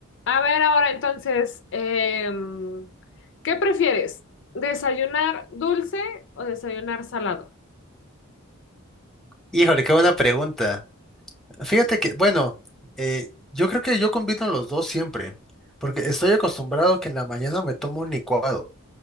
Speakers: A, on the left (about 55°); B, in the centre.
A: A ver ahora entonces, em, ¿qué prefieres? ¿Desayunar dulce o desayunar salado?
B: Híjole, qué buena pregunta. Fíjate que, bueno, eh, yo creo que yo combino los dos siempre, porque estoy acostumbrado que en la mañana me tomo un licuado.